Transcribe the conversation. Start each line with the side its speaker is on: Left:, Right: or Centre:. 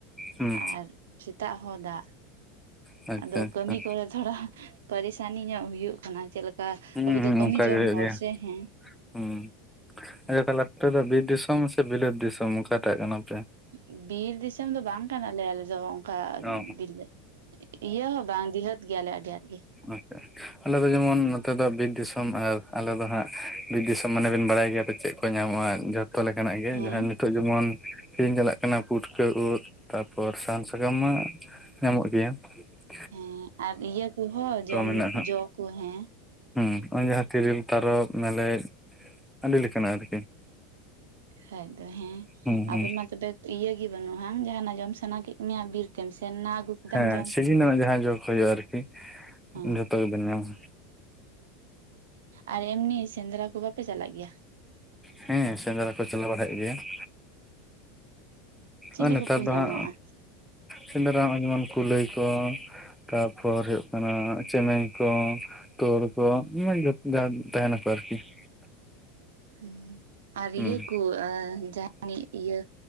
Centre: ᱦᱩᱸ
Right: ᱟᱨ ᱥᱮᱛᱟᱜ ᱦᱚᱸ ᱫᱟᱜ
Centre: ᱟᱪᱪᱷᱟ
Right: ᱟᱫᱚ
Centre: ᱟᱪᱪᱷᱟ
Right: ᱠᱟᱹᱢᱤ ᱠᱚᱨᱮ ᱛᱷᱚᱲᱟ ᱯᱟᱨᱤᱥᱟᱱᱤ ᱧᱚᱜ ᱦᱩᱭᱩᱜ ᱠᱟᱱᱟ ᱾ ᱪᱮᱫ ᱞᱮᱠᱟ
Centre: ᱦᱩᱸ
Right: ᱟᱵᱩ
Centre: ᱦᱩᱸ
Right: ᱫᱚ ᱠᱟᱹᱢᱤ
Centre: ᱚᱱᱠᱟ
Right: ᱡᱚᱝ
Centre: ᱜᱮ ᱦᱩᱭᱩᱜ
Right: ᱦᱚᱲ
Centre: ᱜᱮᱭᱟ
Right: ᱥᱮ ᱦᱮᱸ ᱾
Centre: ᱦᱩᱸ ᱟᱪᱪᱷᱟ ᱛᱟᱦᱚᱞᱮ ᱟᱯᱮ ᱫᱚ ᱵᱤᱨ ᱫᱤᱥᱚᱢ ᱥᱮ ᱵᱤᱞᱟᱹᱛ ᱫᱤᱥᱚᱢ ᱚᱠᱟᱴᱟᱜ ᱠᱟᱱᱟ ᱯᱮ?
Right: ᱵᱤᱨ ᱫᱤᱥᱚᱢ ᱫᱚ ᱵᱟᱝ ᱠᱟᱱᱟ ᱞᱮ ᱟᱞᱮ ᱫᱚ ᱾ ᱚᱱᱠᱟ
Centre: ᱚ
Right: ᱵᱤᱞᱟᱹ ᱤᱭᱟᱹ ᱦᱚᱸ ᱵᱟᱝ ᱰᱤᱦᱟᱹᱛ ᱜᱮᱭᱟᱞᱮ ᱟᱹᱰᱤ ᱟᱸᱴ ᱜᱮ ᱾
Centre: <unintelligible> ᱟᱪᱪᱷᱟᱼᱪᱷᱟ ᱾ ᱟᱞᱮ ᱫᱚ ᱡᱮᱢᱚᱱ ᱱᱚᱛᱮ ᱫᱚ ᱵᱤᱨ ᱫᱤᱥᱚᱢ ᱟᱨ ᱟᱞᱮ ᱫᱚ ᱦᱟᱸᱜ ᱵᱤᱨ ᱫᱤᱥᱚᱢ ᱢᱟᱱᱮ ᱵᱮᱱ ᱵᱟᱲᱟᱭ ᱜᱮᱭᱟ ᱪᱮᱫ ᱾ ᱠᱚ ᱧᱟᱢᱚᱜᱼᱟ ᱡᱷᱚᱛᱚ ᱞᱮᱠᱟᱱᱟᱜ ᱜᱮ
Right: ᱦᱮᱸ
Centre: ᱡᱟᱦᱟᱸ ᱱᱤᱛᱚᱜ
Right: ᱦᱮᱸ
Centre: ᱡᱮᱢᱚᱱ ᱠᱤᱨᱤᱧ ᱪᱟᱞᱟᱜ ᱠᱟᱱᱟ ᱯᱩᱴᱠᱟᱹ ᱩᱫ ᱛᱟᱨᱯᱚᱨ ᱥᱟᱦᱟᱱ ᱥᱟᱠᱟᱢ ᱢᱟ ᱧᱟᱢᱚᱜ ᱜᱮᱭᱟ ᱾
Right: ᱦᱮᱸ ᱟᱨ ᱤᱭᱟᱹ ᱠᱚᱦᱚᱸ ᱡᱚᱢ
Centre: ᱢᱮᱱᱟᱜᱼᱟ
Right: ᱡᱚ ᱠᱚ ᱦᱮᱸ
Centre: ᱦᱩᱸ ᱱᱚᱜᱼᱚᱭ ᱡᱟᱦᱟᱸ ᱛᱤᱨᱤᱞ ᱛᱟᱨᱚᱚᱵ ᱢᱮᱞᱮᱡ ᱟᱹᱰᱤ ᱞᱮᱠᱟᱱᱟᱜ ᱟᱨᱠᱤ ᱾
Right: ᱠᱷᱟᱡ ᱫᱚ ᱦᱮᱸ
Centre: ᱦᱩᱸ ᱦᱩᱸ
Right: ᱟᱯᱮ ᱢᱟ ᱛᱚᱵᱮ ᱤᱭᱟᱹ ᱜᱮ ᱵᱟᱹᱱᱩᱜᱼᱟ ᱦᱟᱝ ᱡᱟᱦᱟᱱᱟᱜ ᱡᱚᱢ ᱥᱟᱱᱟ ᱠᱮᱫ ᱢᱮᱭᱟ ᱵᱤᱨᱛᱮᱢ ᱥᱮᱱ ᱱᱟ ᱟᱹᱜᱩ? ᱠᱮᱫᱟᱢ
Centre: ᱦᱮᱸ
Right: ᱡᱚᱢ
Centre: ᱥᱤᱡᱤᱱ
Right: ᱠᱮᱫᱟᱢ
Centre: ᱨᱮᱱᱟᱜ ᱡᱟᱦᱟᱸ ᱡᱳ ᱦᱳᱭᱳᱜᱼᱟ ᱟᱨᱠᱤ
Right: ᱦᱮᱸ
Centre: ᱡᱷᱚᱛᱚ ᱜᱮᱵᱮᱱ ᱧᱟᱢᱟ
Right: ᱟᱨ ᱮᱢᱱᱤ ᱥᱮᱸᱫᱽᱨᱟ ᱠᱚᱫᱚ ᱯᱮ ᱪᱟᱞᱟᱜ ᱜᱮᱭᱟ ᱾?
Centre: ᱦᱮᱸ ᱾ ᱥᱮᱸᱫᱽᱨᱟ ᱠᱚ ᱪᱟᱞᱟᱣ ᱵᱟᱲᱟᱭᱮᱫ ᱜᱮᱭᱟ ᱾
Right: ᱪᱤᱞᱤ
Centre: ᱟᱨ ᱱᱮᱛᱟᱨ
Right: ᱠᱚᱠᱚ
Centre: ᱫᱚ
Right: ᱧᱟᱢᱚᱜᱼᱟ
Centre: ᱦᱟᱸᱜ ᱥᱮᱸᱫᱽᱨᱟ ᱦᱚᱸᱜᱚᱭ ᱡᱮᱢᱚᱱ ᱠᱩᱞᱟᱹᱭ ᱠᱚ ᱾ ᱛᱟᱨᱯᱚᱨ ᱦᱩᱭᱩᱜ ᱠᱟᱱᱟ ᱪᱮᱢᱮᱧ ᱠᱚ ᱛᱩᱲ ᱠᱚ ᱫᱚᱢᱮ ᱛᱟᱦᱮᱱᱟ ᱠᱚ ᱟᱨᱠᱤ ᱾
Right: ᱦᱩᱸ ᱟᱨ
Centre: ᱦᱩᱸ
Right: ᱤᱭᱟᱹ ᱠᱚ ᱡᱟᱦᱟᱱᱤᱡ ᱤᱭᱟᱹ